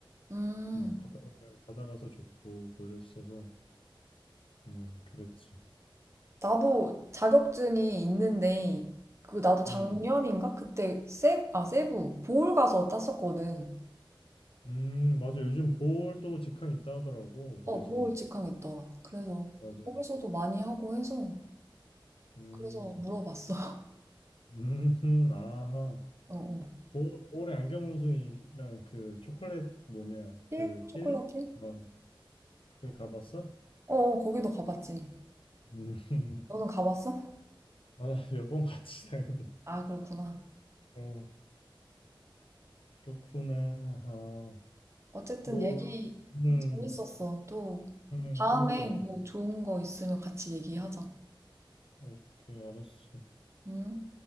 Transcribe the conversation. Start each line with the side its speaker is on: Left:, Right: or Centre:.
Right: 음.
Left: 그냥 바다 가면 바다 가서 좋고 뭐 이랬어서 음, 그랬지.
Right: 나도 자격증이 있는데, 그, 나도 작년인가?
Left: 음,
Right: 그때 세, 아, 세부, 보홀 가서 땄었거든.
Left: 음, 맞아. 요즘 볼도 직항 있다 하더라고. 그래서
Right: 어, 보호 직항 있더라. 그래서
Left: 맞아.
Right: 거기서도 많이 하고 해서
Left: 음.
Right: 그래서 물어봤어. <laughs>
Left: 음, 아하.
Right: 어, 어.
Left: 보, 볼에 안경 운송이랑 그 초콜릿 뭐냐, 그
Right: 힐?
Left: 힐?
Right: 초콜릿 힐?
Left: 어, 거기 가봤어?
Right: 어, 어, 거기도 가봤지.
Left: 음, <laughs>
Right: 너는 가봤어?
Left: 아, 몇 번 갔지, 당연히.
Right: 아, 그렇구나.
Left: 어, 그렇구나. 어,
Right: 어쨌든
Left: 뭐,
Right: 얘기
Left: 음,
Right: 재밌었어. 또
Left: 음,
Right: 다음에
Left: 그니까.
Right: 뭐 좋은 거 있으면 같이 얘기하자.
Left: 오케이, 알았어.
Right: 응?